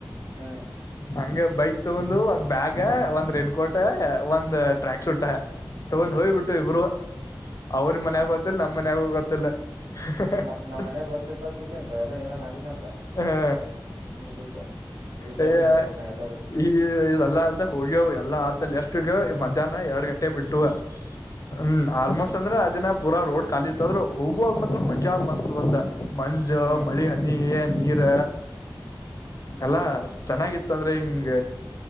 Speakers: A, on the right; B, on the left.
A: ಹ್ಮ್
B: ಹಂಗ ಬೈಕ್ ತಗೊಂಡ ಒಂದ್ ಬ್ಯಾಗ ಒಂದ್ ರೆನ್ ಕೋಟೆ ಒಂದ್ ಟ್ರ್ಯಾಕ್ ಸೂಟ್ ತಗೊಂಡ್
A: ಹ್ಮ್
B: ಹೋಯ್ಬಿಟ್ಟು ಇಬ್ರು ಅವ್ರ ಮನ್ಯಾಗ
A: ನಮ್
B: ಗತ್ತಲ್ಲ ನಮ್ಮ್ ಮಯಾಗ ಇಲ್ಲ <unintelligible>
A: ನಮ್ ನಮ್ ಮನ್ಯಾಗ ಗೊತ್ತಿತ್ತ ತಿಳ್ಕೊ ಇಂತವೆಲ್ಲ ಏನೋ ಮಾಡಿನಂತ
B: ಹಾ
A: ಮುಗೀತ ವಿದಾಯನ
B: ಅ
A: ಹೇಳ್ಬೇಕ ನಾ ಎಲ್ಲರಿಗೂ
B: ಈ ಇಲ್ಲಾ ಅಲ್ದೆ ಹೋಗ್ಯವು ಎಲ್ಲಾ ಆತಲ್ಲಿ ಎಷ್ಟು ಮಧ್ಯಾಹ್ನ ಎರಡು ಗಂಟೆ ಬಿಟ್ಟು ಹ್ಮ್ ಆಲ್ಮ ದ್ರ ಅದಿನ ಪೂರಾ ರೋಡ್ ಖಾಲಿ ಇತ್ತದ್ರೆ ಹೋಗುವಾಗ ಮಾತ್ರ ಮಜಾ ಮಸ್ತ್ವತ್ತ ಮಂಜು
A: ಹ್ಮ್
B: ಮಳಿ ಹನಿ ಏನ್ ನೀರ ಎಲ್ಲಾ ಚೆನ್ನಾಗಿತ್ತ ಅಂದ್ರೆ ಹಿಂಗ